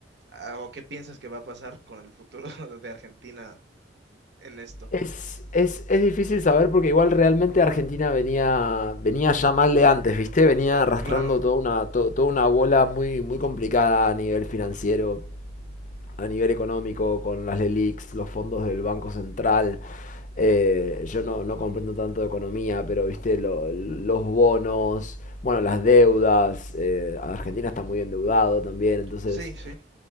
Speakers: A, on the right (about 65°); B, on the left (about 45°).
A: ah, o qué piensas que va a pasar con el futuro <laughs> de Argentina en esto?
B: Es, es, es difícil saber porque igual realmente Argentina venía, venía ya mal de antes, ¿viste? Venía arrastrando
A: Claro,
B: toda una, to- toda una bola muy, muy complicada a nivel financiero, a nivel económico, con las LELIQs, los fondos del Banco Central. Eh, yo no, no comprendo tanto de economía, pero viste, Lo- los bonos, bueno, las deudas, eh, Argentina está muy endeudado también, entonces
A: sí, sí,